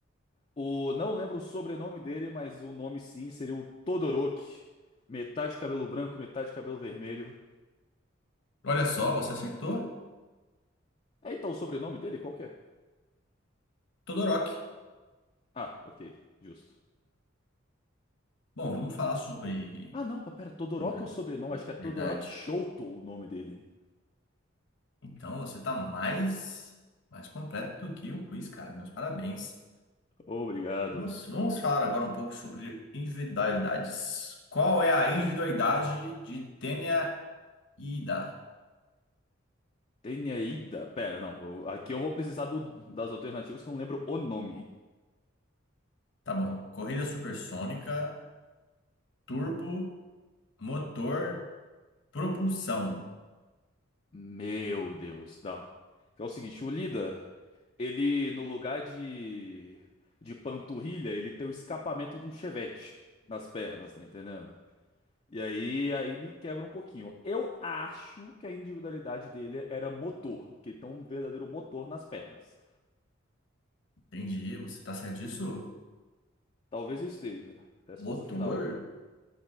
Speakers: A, on the left (about 30°); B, on the left (about 65°).
A: o. Não lembro o sobrenome dele, mas o nome sim seria o Todoroki. Metade cabelo branco, metade cabelo vermelho.
B: Olha só, você acertou.
A: É, então, o sobrenome dele, qual que é?
B: Todoroki.
A: Ah, ok, justo.
B: Bom, vamos falar sobre,
A: Ah, não, pá, pera, Todoroki
B: sobre
A: é o sobrenome, acho que é Todoroki
B: verdade.
A: Shouto o nome dele.
B: Então, você está mais, mais completo do que o quiz, cara. Meus parabéns.
A: Obrigado.
B: Vamos, vamos falar agora um pouco sobre individualidades. Qual é a individualidade de Tenya Ida?
A: Tenyaida, pera, não, eu- aqui eu vou precisar do- das alternativas que eu não lembro o nome.
B: Tá bom. Corrida supersônica, turbo, motor, propulsão.
A: Meu Deus, dá. Que é o seguinte, o Lida, ele, no lugar de, de panturrilha, ele tem o escapamento de um chevette nas pernas, tá entendendo? E aí, aí me quebra um pouquinho. Eu acho que a individualidade dele era motor, que ele tem um verdadeiro motor nas pernas.
B: Entendi. Você tá certo disso?
A: Talvez eu esteja. Resposta
B: Motor?
A: final.